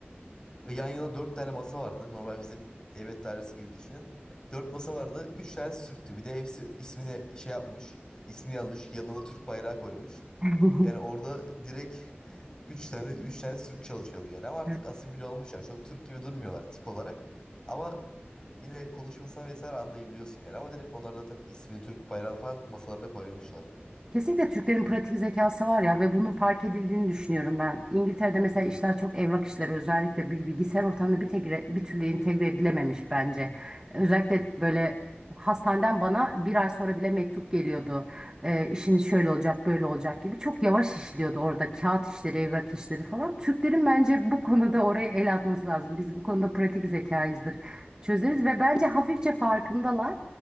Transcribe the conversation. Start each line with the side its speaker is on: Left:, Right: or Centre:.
Left: Ve yan yana dört tane masa vardı. Normal bizim devlet dairesi gibi düşünün. Dört masa vardı. Üç tanesi Türktü. Bir de hepsi ismine şey yapmış. İsmi yazmış. Yanına da Türk bayrağı koymuş.
Right: <laughs>
Left: Yani orada direkt <laughs> üç tane üç tane Türk çalışıyordu yani ama artık
Right: Evet.
Left: asimile olmuşlar. Çok Türk gibi durmuyorlar tip olarak. Ama yine konuşmasına vesaire anlayabiliyorsun yani. Ama direkt onlar zaten ismini Türk bayrağını falan masalarına koymuşlar.
Right: Kesinlikle Türklerin pratik zekası var ya ve bunun fark edildiğini düşünüyorum ben. İngiltere'de mesela işler çok evrak işleri özellikle bil- bilgisayar ortamında bir, tegre- bir türlü entegre edilememiş bence. Özellikle böyle hastaneden bana bir ay sonra bile mektup geliyordu. Ee, işiniz şöyle olacak böyle olacak gibi çok yavaş işliyordu orada kağıt işleri evrak işleri falan. Türklerin bence bu konuda oraya el atması lazım. Biz bu konuda pratik zekayızdır çözeriz ve bence hafifçe farkındalar